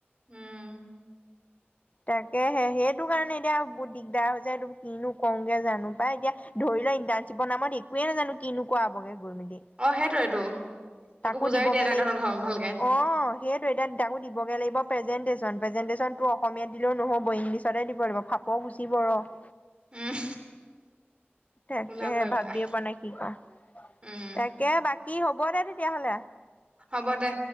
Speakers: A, on the right; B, on the left.
A: উম।
B: তাকে সেইটো কাৰণে এতিয়া বহুত দিগদাৰ হৈ যায় এই কিনো কওঁগে জানো পাই এতিয়া ধৰি লও ইণ্টাৰ্শিপৰ নামত কোৱে নাজানো কিনো কৰাবগে গৈ মেলি।
A: অ সেইটোৱেতো
B: তাকো
A: একো বুজাইও
B: দিবগে
A: দিয়া নাই
B: লাগিব
A: তহঁতৰ ভালকে
B: অ', সেইয়টো এতিয়া তাকো দিবগে লাগিব। প্ৰেজেণ্টেশ্যন প্ৰেজেণ্টেশ্যনটো অসমীয়াত দিলেও নহ'ব ইংলিছতে দিব লাগিব ফাপৰ গুচিব ৰহ।
A: উম
B: তাকেহে
A: ওলাব এবাৰ
B: ভাবিয়ে পোৱা নাই কি কওঁ,
A: উম
B: তাকে বাকী কি হ'ব দে তেতিয়াহ'লে।
A: হ'ব দে।